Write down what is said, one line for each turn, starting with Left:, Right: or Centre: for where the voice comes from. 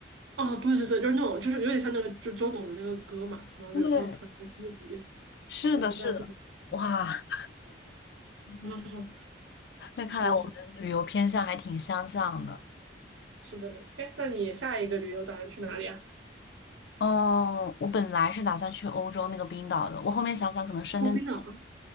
Right: 哦，对对对，就是那种，就是有点像那个，就周董的那个歌嘛，什么远方传来的风笛，
Left: 对，是的，
Right: 我只在乎你。
Left: 是的，哇，
Right: <laughs> 嗯，
Left: <laughs> 那看来我们旅游偏向还挺相像的。
Right: 是的，是的是的呢。哎，那你下一个旅游打算去哪里啊？
Left: 哦，我本来是打算去欧洲那个冰岛的，我后面想想可能申根签
Right: 哦，冰岛吗？